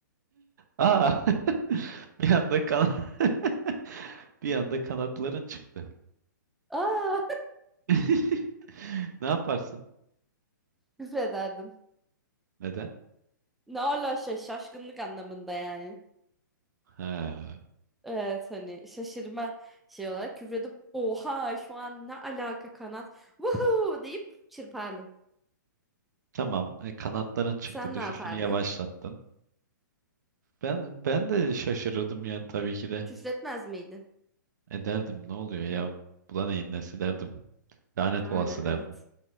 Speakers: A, on the right (about 60°); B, in the centre.
A: Aa. <laughs> Bir anda kan <laughs> bir anda kanatların çıktı.
B: A.
A: <laughs> Ne yaparsın?
B: <laughs> Küfrederdim.
A: Neden?
B: Ne ala şa- şaşkınlık anlamında yani.
A: Ha.
B: Evet hani şaşırma şey olarak küfredip oha şu an ne alaka kanat vuhuu deyip çırpardım.
A: Tamam. E, kanatların çıktı.
B: Sen
A: Düşüşünü
B: ne yapardın?
A: yavaşlattın. Ben ben de şaşırırdım yani tabii ki de.
B: Küfretmez miydin?
A: Ederdim ne oluyor ya? Buna neyin nesi derdim. Lanet
B: Yani
A: olası derdim.
B: evet.